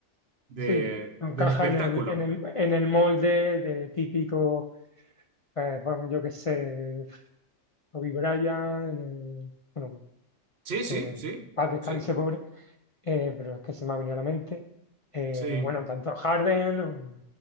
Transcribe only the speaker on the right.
de-
del
espectáculo.
Sí,
sí,
sí,
sí,
sí.